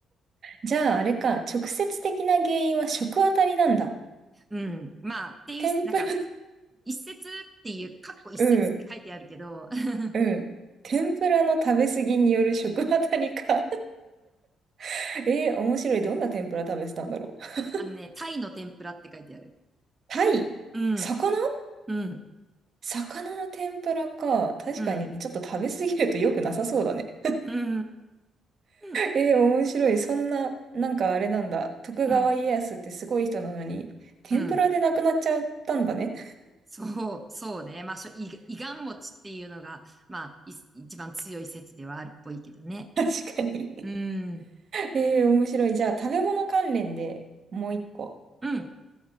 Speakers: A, on the right; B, on the right.
A: じゃああれか、直接的な原因は食あたりなんだ。
B: うん。まあっていう、
A: 天ぷら、
B: なんか一節っていう、かっこ一節って書いてあるけど、
A: <laughs> うん、
B: <laughs>
A: うん。天ぷらの食べ過ぎによる食あたりか。<laughs> えー、面白い。どんな天ぷら食べてたんだろう。
B: あのね、タイの天ぷらって書いてある。
A: タイ魚
B: うん、うん、
A: 魚の天ぷらか。確かにちょっと食べ過ぎると良くなさそうだね。
B: うん、うん、うん、
A: えー、面白い。そんな、なんかあれなんだ。徳川家康ってすごい人なのに、
B: うん。
A: 天ぷらで亡くなっちゃったんだね。
B: うんそう、<laughs> そうね。まあ、しょ、い、いがん餅っていうのが、まあ、い一番強い説ではあるっぽいけどね。
A: <laughs> 確かに。
B: うん、
A: えー、面白い。じゃあ、食べ物関連でもう一個。
B: うん、